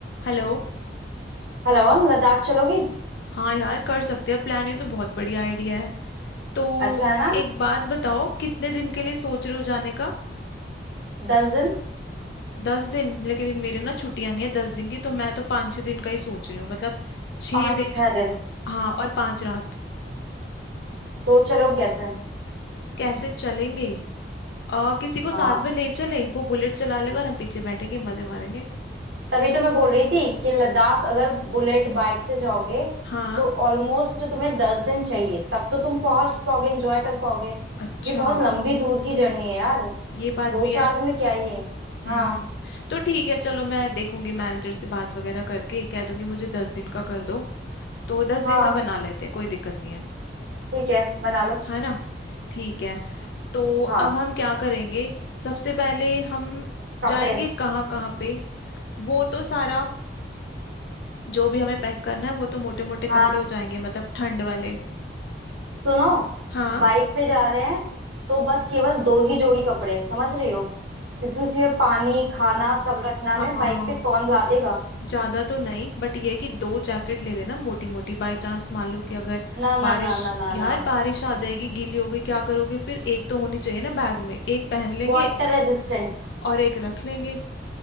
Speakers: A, on the left; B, on the right.
A: Hello
B: Hello Ladakh चलोगी
A: हाँ यार कर सकते हैं प्लान ये तो बहुत बढ़िया आइडिया है तो
B: अच्छा है ना
A: एक बात बताओ कितने दिन के लिए सोच रहे हो जाने का
B: दस दिन
A: दस दिन लेकिन मेरे ना छुट्टियां नहीं है दस दिन की तो मैं तो पाँच छह दिन का ही सोच रही हूँ मतलब छह
B: पाँच
A: दिन
B: छह दिन
A: हाँ और पांच रात
B: तो चलो कैसे
A: कैसे चलेंगे आ, किसी को
B: हाँ
A: साथ में ले चले वो बुलेट चला लेगा और हम पीछे बैठेंगे मजे मारेंगे
B: तभी तो मैं बोल रही थी कि लद्दाख अगर बुलेट बाइक से जाओगे
A: हाँ
B: तो ऑलमोस्ट तुम्हें दस दिन चाहिए तब तो तुम पहुंच पाओगे एंजॉय कर पाओगे क्योंकि
A: अच्छा
B: बहुत लंबी दूर की जर्नी है यार
A: ये बात
B: दो
A: भी
B: चार
A: है
B: दिन में क्या ही है
A: हम्म
B: हाँ
A: तो ठीक है चलो मैं देखूंगी मैनेजर से बात वगैरह करके कह दूंगी मुझे दस दिन का कर दो तो दस
B: हाँ
A: दिन का बना लेते हैं कोई दिक्कत नहीं है
B: ठीक है बना लो
A: है ना ठीक है तो
B: हाँ
A: अब हम क्या करेंगे सबसे पहले हम
B: कपड़े
A: जाएंगे कहाँ कहाँ पे वो तो सारा जो भी हमें पैक करना है वो तो मोटे मोटे
B: हाँ
A: कपड़े हो जाएंगे मतलब ठंड वाले
B: सुनो
A: हाँ
B: बाइक पे जा रहे हैं तो बस केवल दो ही जोड़ी कपड़े समझ रही हो क्योंकि उसमें पानी खाना सब रखना
A: हाँ
B: में बाइक पे कौन ला देगा
A: ज्यादा तो नहीं बट ये है कि दो जैकेट ले लेना मोटी मोटी बाई चांस मान लो कि अगर
B: ना
A: बारिश
B: ना ना ना ना
A: यार
B: ना
A: बारिश आ जाएगी गीली होगी क्या करोगे फिर एक तो होनी चाहिए ना बैग में एक पहन लेंगे
B: Water resistant
A: और एक रख लेंगे